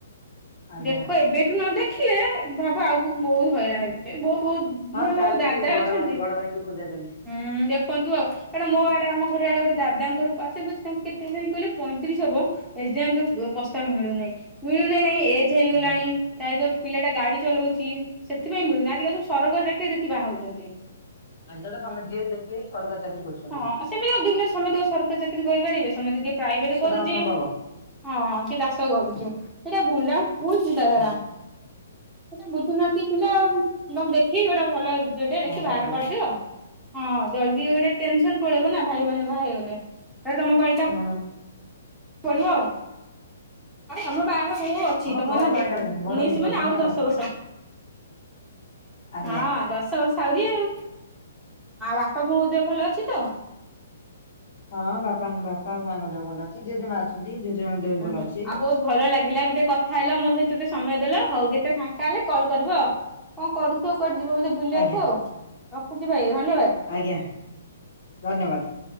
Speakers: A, on the left (about 50°); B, in the centre.
A: ଆଜ୍ଞା
B: ଦେଖ ଏବେଠୁ ନ ଦେଖିଲେ ଭାବ ଆଗକୁ ବହୁତ ହଇରାଣ ହେବେ, ବହୁତ୍
A: ହଁ
B: ମୋର
A: ଚାଲିଛି
B: ଜଣେ ଦାଦା
A: ବଡ
B: ଅଛନ୍ତି
A: ଭାଇ ବଡ ଭାଇଙ୍କ ଖୋଜା ଚାଲିଛି
B: ହୁଁ ଦେଖନ୍ତୁ ଆଉ, କାରଣ ମୋ ଆଡେ ଆମ ଘର ଆଡେ ଗୋଟେ ଦା ଦାଦାଙ୍କର ସେ ବା ତାଙ୍କୁ କେତେ ହେଲାଣି କହିଲେ, ପଇଁତିରିଶ ହବ, ଏ ଯାଙ୍କେ ପ୍ରସ୍ତାବ ମିଳୁନାହିଁ। ମିଳୁନାଇ କାହିଁକି ଏଜ୍ ହେଇଗଲାଣି
A: ଆଜ୍ଞା।
B: ପ୍ରାୟତ ପିଲାଟା ଗାଡି ଚଲଉଚି ସେଥିପାଇଁ ମିଳୁନି, ଆଜିକାଲି ସବୁ ସରକାରି ଚାକିରି ଦେଖି ବାହାହଉଛନ୍ତି।
A: ଆମ ପଟେ ସମସ୍ତେ ଯିଏ ଦେଖିବେ ସରକାରୀ ଚାକିରି କରୁଛନ୍ତି
B: ହଁ ସେମିତି ଦୁନିଆରେ ସମେତେ ସରକାରୀ ଚାକିରି କରିପାରିବେ, ସମତେ ଯେ ପ୍ରାଇଭେଟ
A: ସେଟା
B: କରୁଚି।
A: କଣ ସମ୍ଭବ
B: ହଁ କିଏ ଚାଷ କରୁଚି? ସେଟା ବୁଲା ଭୁଲ୍ ଚିନ୍ତାଧାରା
A: ଆଜ୍ଞା।
B: ସେଟା ବୁଝୁନାହାନ୍ତି ପିଲା ଆଉ ମ ଦେଖି ଗୋଟେ ଭଲ ଝିଅଟେ
A: କଣ
B: ଦେଖି
A: କରାଯିବ
B: ବାହାଘର କରିଦିଅ, ହଁ ଜଲ୍ଦୀ ଗୋଟେ ଟେନସନ ପଳେଇବ ନା ଭାଇ ମାନେ ବାହା ହେଇଗଲେ, ତାପରେ ତମ ପାଳିଟା
A: ହଁ
B: ପଡିବ ଆଉ, ଆରେ ଆମ ବାହାଘର ମୁଁ ଅଛି
A: ହଁ
B: ତମ
A: ମୋର
B: ନା
A: କଣ ଏଇନା ପିଲାନି
B: ଉଣେଇଶି
A: ମୋର
B: ମାନେ
A: ବର୍ଷ
B: ଆହୁରି
A: ମୋର
B: ଦଶ
A: ଅଛି
B: ବର୍ଷ।
A: ଆଜ୍ଞା।
B: ହଁ ଦଶ ବଶ୍ ଆଉରି ଆଉ, ବାପା ବୋଉ ଦେହ ଭଲ ଅଛି ତ?
A: ହଁ ବାପାଙ୍କ ବାପା ଆଉ ମାଆଙ୍କ ଦେହ ଭଲ ଅଛି ଜେଜେ ମା ଅଛନ୍ତି। ଜେଜେମାଙ୍କ ଦେହ ବି
B: ହୁଁ
A: ଭଲ
B: ହୁଁ
A: ଅଛି
B: ଆଉ ବହୁତ ବଢିଆ ଲାଗିଲା ବି ଟିକେ କଥା ହେଲ, ମୋ ସହିତ ଟିକେ ସମୟ ଦେଲ, ହଉ ଯେତେବେଳ ଫାଙ୍କା ହେଲେ କଲ କରିବ ଆଉ କଣ କରୁଥିବ? କୁଆଡେ ଯିବ ବୋଧେ ବୁଲିବାକୁ
A: ଆଜ୍ଞା
B: ଆଉ ରଖୁଛି ଭାଇ। ଧନ୍ୟବାଦ।
A: ଆଜ୍ଞା ଧନ୍ୟବାଦ।